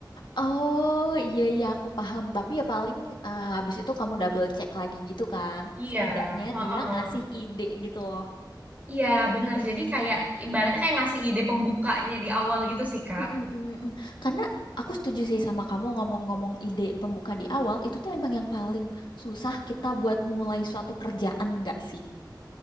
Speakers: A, on the left; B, on the right.
A: Oh iya iya aku paham tapi ya paling eh, habis itu kamu double check lagi gitu kan
B: Iya,
A: setidaknya
B: heeh.
A: dia ngasih ide gitu loh
B: Iya, bener. Jadi kayak ibaratnya kayak ngasih ide pembukanya di awal gitu sih, Kak.
A: Mm-mm, mm-mm. Karena aku setuju sih sama kamu ngomong-ngomong ide pembuka di awal itu tuh emang yang paling susah kita buat mulai suatu kerjaan nggak sih?